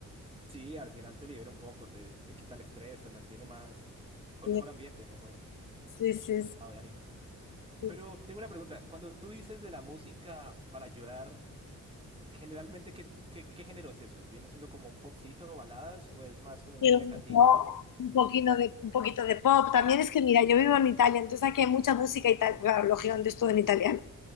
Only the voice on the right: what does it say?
sí, al final te libera un poco, te, te quita el estrés, te mantiene más, con
mejor ambiente, mejor
estado de ánimo.
Pero tengo una pregunta. Cuando tú dices de la música para llorar, generalmente, ¿qué, qué, qué género es eso? ¿Viene siendo como un popcito o baladas o es más como música
de cantina?
o-